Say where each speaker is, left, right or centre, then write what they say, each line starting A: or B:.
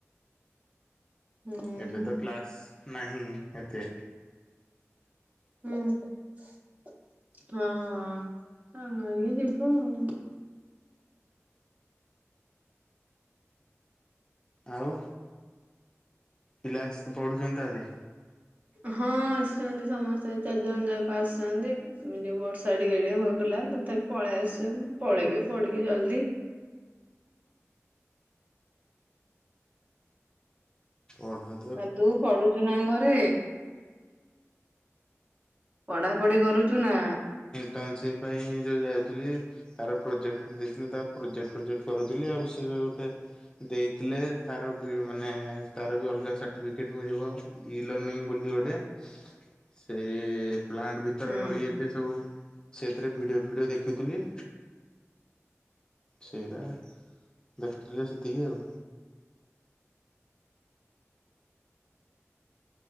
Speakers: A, on the right; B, on the left.
A: ହୁଁ
B: ଏବେ
A: ହୁଁ
B: ତ କ୍ଲାସ୍ ନାହିଁ ଏତେ
A: ହୁଁ ହଁ ଇଏ ଯିବୁ
B: ଆଉ ପିଲା ଆସ ତ ପଢ଼ୁଛନ୍ତି ତାହେଲେ
A: ହଁ ଆସିୁଛନ୍ତି ସମସ୍ତେ ଚାରିଜଣ ଯାକ ଆସୁଛନ୍ତି ଯଉ ବର୍ଷା ଟିକେ ହଉଥିଲା ତମେ ତାକୁି ପଳେଇ ଆସଛ ମୁଁ ପଳେଇବି ପଢିକି ଜଲ୍ଦି
B: ଓଡ଼ ହ
A: ଆ ତୁ ପଢୁଛୁ ନା ଘରେ ପଢାପଢି କରୁଛୁ ନା
B: ଟନସି ପାଇଁ ଯୋଉ ଯାଉଥିଲି ତାର ପ୍ରୋଜେକ୍ଟ ଦେଇଥିଲେ ତା ପ୍ରୋଜେକ୍ଟ ପ୍ରୋଜେକ୍ଟ କରୁଥିଲି ଆଉ ସିଏ ଗୋଟେ ଦେଇଥିଲେ ତାର ମାନେ ତାର ବି ଅଲଗା ସଟିଫିକେଟ ମିଳିବ ଇ ଲ ବୋଲି ଗୋଟେ ସେ ପ୍ଲାଣ୍ଟ ଭିତର
A: ହୁଁ
B: ଇଏ ଫ ସବୁ ସେଥିରେ ଭିଡ଼ିଓ ଭିଡ଼ିଓ ଦେଖୁଥିଲି ସେଇଟା ଦେଖୁଥିଲି ସେତିକି ଆଉ